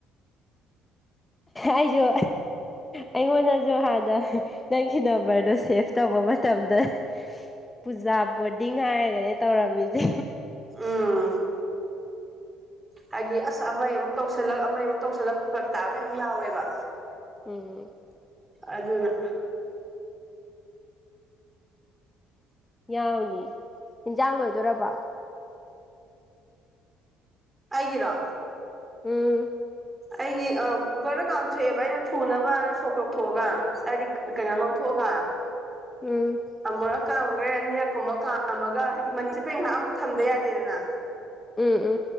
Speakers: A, on the left; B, on the right.
A: ꯑꯩꯖꯨ ꯑꯩꯉꯣꯟꯗꯖꯨ ꯍꯥꯟꯅ ꯅꯪꯒꯤ ꯅꯝꯕꯔꯗꯣ ꯁꯦꯚ ꯇꯧꯕ ꯃꯇꯝꯗ ꯄꯨꯖꯥ ꯕꯣꯔꯗꯤꯡ ꯍꯥꯏꯔꯒꯅꯦ ꯇꯧꯔꯝꯃꯤꯖꯦ
B: ꯑꯝ ꯍꯥꯏꯗꯤ ꯑꯁ ꯑꯃꯩ ꯑꯃꯨꯛ ꯇꯧꯁꯜꯂꯛ ꯑꯃꯩ ꯑꯃꯨꯛ ꯇꯧꯁꯜꯂꯛ ꯐꯔꯛ ꯇꯥꯕ ꯃꯌꯥꯝ ꯌꯥꯎꯋꯦꯕ
A: ꯑꯝ
B: ꯑꯗꯨꯅꯥ
A: ꯌꯥꯎꯅꯤ ꯑꯦꯟꯖꯥꯡ ꯂꯣꯏꯗꯣꯏꯔꯕꯣ
B: ꯑꯩꯒꯤꯔꯣ
A: ꯎꯡ
B: ꯑꯩꯒꯤ ꯑꯥ ꯀꯨꯀꯔꯗ ꯀꯥꯝꯊꯣꯛꯑꯦꯕ ꯑꯩꯅ ꯊꯨꯅꯕꯅ ꯁꯣꯛ ꯇꯧꯊꯣꯛꯑꯒ ꯍꯥꯏꯗꯤ ꯀꯩꯅꯣ ꯉꯧ ꯍꯣꯒ
A: ꯑꯝ
B: ꯑꯃꯨꯔꯛ ꯀꯥꯝꯒ꯭ꯔꯦ ꯑꯅꯤꯔꯛ ꯀꯨꯝꯕ ꯀꯥꯝꯃꯒ ꯍꯥꯏꯗꯤ ꯃꯅꯤꯟ ꯆꯠꯄꯩ ꯉꯥꯏꯍꯥꯛ ꯑꯃꯨꯛ ꯊꯝꯗ ꯌꯥꯗꯦꯗꯅ
A: ꯑꯝ ꯑꯝ